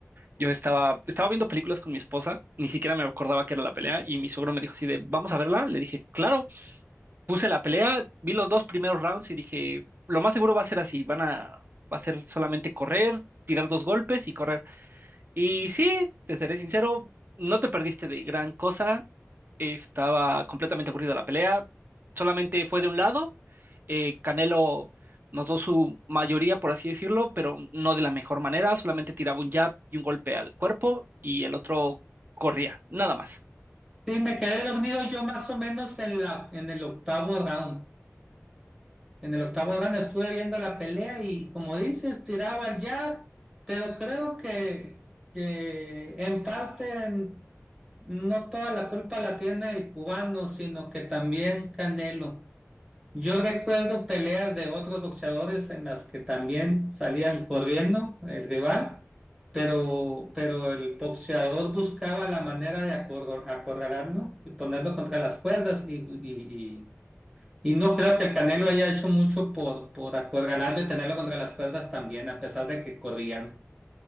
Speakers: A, on the right (about 40°); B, in the centre.
A: Yo estaba, estaba viendo películas con mi esposa, ni siquiera me acordaba que era la pelea, y mi suegro me dijo así de, vamos a verla. Le dije, claro, puse la pelea, vi los dos primeros rounds y dije, lo más seguro va a ser así, van a, va a ser solamente correr, tirar dos golpes y correr. Y sí, te seré sincero, no te perdiste de gran cosa. Estaba completamente aburrida la pelea. Solamente fue de un lado. Eh, Canelo notó su mayoría, por así decirlo, pero no de la mejor manera. Solamente tiraba un jab y un golpe al cuerpo y el otro corría, nada más.
B: Sí, me quedé dormido yo más o menos en la, en el octavo round. En el octavo round estuve viendo la pelea y como dices, tiraba el jab, pero creo que, que en parte no toda la culpa la tiene el cubano, sino que también Canelo. Yo recuerdo peleas de otros boxeadores en las que también salían corriendo el rival, pero, pero el boxeador buscaba la manera de acor- acorralarlo y ponerlo contra las cuerdas y, y, y no creo que Canelo haya hecho mucho por, por acorralarlo y tenerlo contra las cuerdas también, a pesar de que corrían.